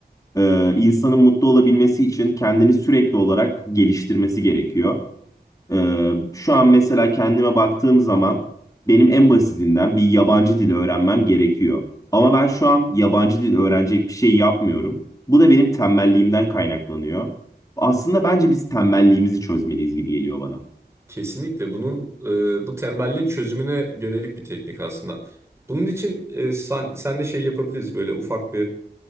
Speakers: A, on the left; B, on the right.
A: e, insanın mutlu olabilmesi için kendini sürekli olarak geliştirmesi gerekiyor. Ee, şu an mesela kendime baktığım zaman benim en basitinden bir yabancı dil öğrenmem gerekiyor. Ama ben şu an yabancı dil öğrenecek bir şey yapmıyorum. Bu da benim tembelliğimden kaynaklanıyor. Aslında bence biz tembelliğimizi çözmeliyiz gibi geliyor bana.
B: Kesinlikle bunun e, bu tembelliğin çözümüne yönelik bir teknik aslında. Bunun için e, sen, sen de şey yapabiliriz böyle ufak bir